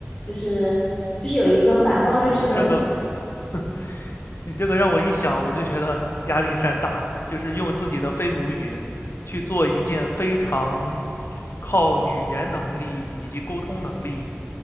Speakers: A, on the left; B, on the left.
A: 就是就是有一个反方律师和。
B: 我这个，<laughs> 你这个让我一想，我就觉得 <laughs> 压力山大，就是用自己的非母语去做一件非常靠语言能力以及沟通能力